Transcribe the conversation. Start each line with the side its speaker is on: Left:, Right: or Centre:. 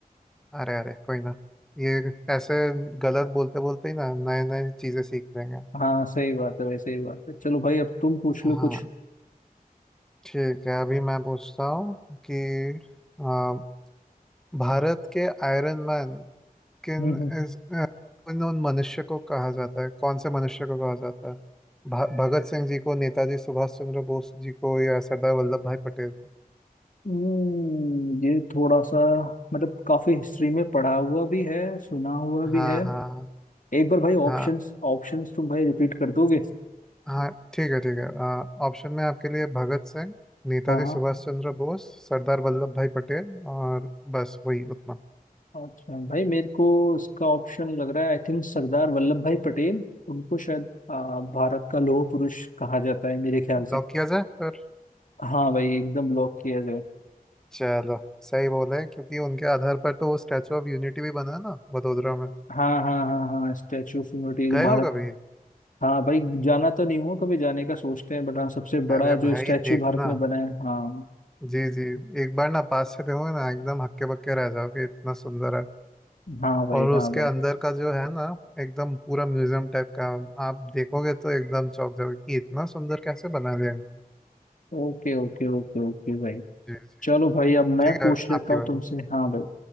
Centre: अरे अरे कोई ना ये ऐसे गलत बोलते बोलते ही ना नए नए चीज़ें सीख लेंगे
Left: हाँ सही बात है भाई सही बात है चलो भाई अब तुम पूछ लो
Centre: हाँ
Left: कुछ
Centre: ठीक है अभी मैं पूछता हूँ कि आ, भारत के आयरन मैन किन
Left: हम्म
Centre: इस अ, उन उन मनुष्य को कहा जाता है कौन से मनुष्य को कहा जाता है भ- भगत सिंह जी को नेताजी सुभाष चंद्र बोस जी को या सरदार वल्लभ भाई पटेल को
Left: हम्म, ये थोड़ा सा मतलब काफी हिस्ट्री में पढ़ा हुआ भी है सुना हुआ भी
Centre: हाँ
Left: है
Centre: हाँ
Left: एक बार भाई ऑप्शंस
Centre: हाँ
Left: ऑप्शंस तुम भाई रिपीट कर दोगे
Centre: हाँ ठीक है ठीक है अ, ऑप्शन में आपके लिए भगत सिंह नेताजी
Left: हाँ हाँ
Centre: सुभाष चंद्र बोस सरदार वल्लभ भाई पटेल और बस वही उतना
Left: अच्छा भाई मेरे को इसका ऑप्शन लग रहा है आई थिंक सरदार वल्लभ भाई पटेल उनको शायद आ, भारत का लौह पुरुष कहा जाता है मेरे ख्याल से
Centre: लॉक किया जाए फिर
Left: हाँ भाई एकदम लॉक किया जाए
Centre: चलो सही बोले क्योंकि उनके आधार पर तो वो स्टैचू ऑफ यूनिटी भी बना है ना वडोदरा में
Left: हाँ हाँ हाँ हाँ स्टैचू ऑफ यूनिटी जो
Centre: गए
Left: भारत
Centre: हो कभी
Left: हाँ भाई जाना तो नहीं हुआ कभी जाने का सोचते हैं बट हाँ सबसे बड़ा
Centre: अरे
Left: जो
Centre: भाई
Left: स्टैचू
Centre: देखना
Left: भारत में बना है हाँ
Centre: जी जी एक बार ना पास से देखोगे ना एकदम हक्के बक्के रह जाओगे इतना सुंदर है
Left: हाँ भाई
Centre: और उसके
Left: हाँ भाई
Centre: अंदर का जो है ना एकदम पूरा म्यूजियम टाइप का आप देखोगे तो एकदम चौंक जाओगे कि इतना सुंदर कैसे बना दिया इन्होंने
Left: ओके ओके ओके ओके भाई
Centre: जी जी
Left: चलो भाई
Centre: जी
Left: अब मैं
Centre: ठीक
Left: पूछ
Centre: है
Left: लेता
Centre: आपकी
Left: हूँ
Centre: बारी
Left: तुमसे हाँ भाई